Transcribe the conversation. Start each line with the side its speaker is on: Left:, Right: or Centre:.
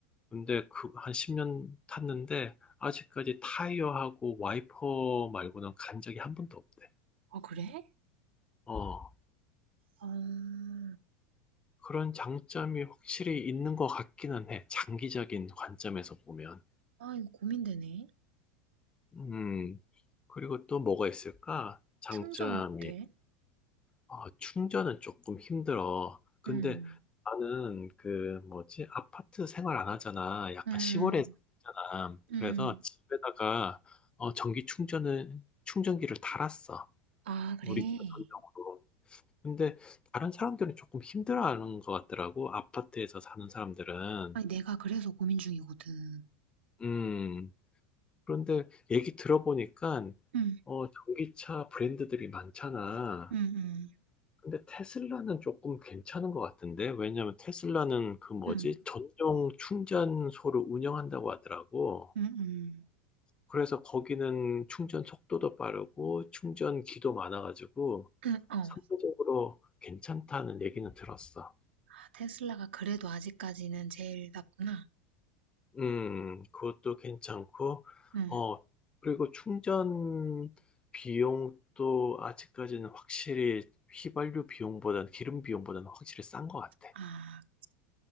Left: 근데 그 한 10년 탔는데 아직까지 타이어하고 와이퍼 말고는 간 적이 한 번도 없대.
Right: 아, 그래?
Left: 어,
Right: 아,
Left: 그런 장점이 확실히 있는 것 같기는 해. 장기적인 관점에서 보면.
Right: 아, 이거 고민되네.
Left: 음, 그리고 또 뭐가 있을까? 장점이
Right: 충전 어때?
Left: 아, 충전은 조금 힘들어. 근데
Right: 음.
Left: 나는 그 뭐지? 아파트 생활 안 하잖아. 약간
Right: 음.
Left: 시골에 살잖아.
Right: 음.
Left: 그래서 집에다가 어, 전기 충전을 충전기를 달았어.
Right: 아, 그래.
Left: 우리 집 전용으로. 근데 다른 사람들은 조금 힘들어하는 것 같더라고. 아파트에서 사는 사람들은.
Right: 아니, 내가 그래서 고민 중이거든.
Left: 음. 그런데 얘기 들어보니까
Right: 응,
Left: 어, 전기차 브랜드들이 많잖아.
Right: 응, 응.
Left: 근데 테슬라는 조금 괜찮은 것 같은데, 왜냐면 테슬라는 그 뭐지?
Right: 응.
Left: 전용 충전소를 운영한다고 하더라고.
Right: 응응.
Left: 그래서 거기는 충전 속도도 빠르고, 충전기도 많아가지고,
Right: 응, 어.
Left: 상대적으로 괜찮다는 얘기는 들었어.
Right: 아, 테슬라가 그래도 아직까지는 제일 낫구나.
Left: 음, 그것도 괜찮고,
Right: 응.
Left: 어, 그리고 충전 비용도 아직까지는 확실히 휘발유 비용보다는 기름 비용보다는 확실히 싼 것 같아.
Right: 아, 그치.